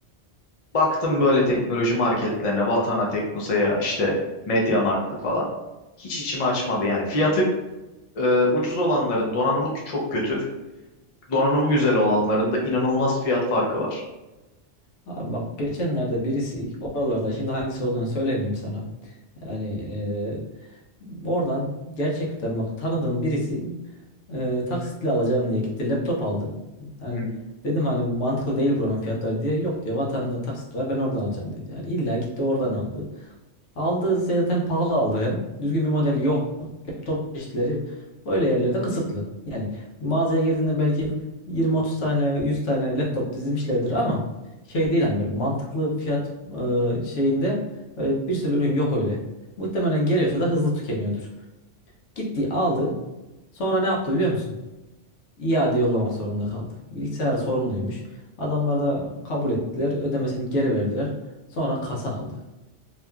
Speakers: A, on the left; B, on the left.
A: Baktım böyle teknoloji marketlerine, Vatana, Teknosa'ya, işte MediaMarkt'ta falan. Hiç içimi açmadı yani. Fiyatı e, ucuz olanların donanımı çok kötü. Donanımı güzel olanların da inanılmaz fiyat farkı var.
B: Abi bak geçenlerde birisi oralarda şimdi hangisi olduğunu söylemeyeyim sana. Yani eee, oradan gerçekten bak tanıdığım birisi eee taksitle alacağım diye gitti laptop aldı. Hani
A: Hı. hı.
B: dedim hani mantıklı değil buranın fiyatları diye. Yok diyor vatanda taksit var ben oradan alacağım dedi. Yani illa gitti oradan aldı. Aldığı şey zaten pahalı aldı hem. Düzgün bir model yok. Laptop çeşitleri öyle yerlerde kısıtlı. Yani mağazaya girdiğinde belki 20-30 tane 100 tane laptop dizilmişlerdir ama şey değil hani böyle mantıklı fiyat e, şeyinde böyle bir sürü ürün yok öyle. Muhtemelen geliyorsa da hızlı tükeniyordur. Gitti aldı. Sonra ne yaptı biliyor musun? İade yollamak zorunda kaldı. Bilgisayar sorumluymuş. Adamlar da kabul ettiler. Ödemesini geri verdiler. Sonra kasa aldı.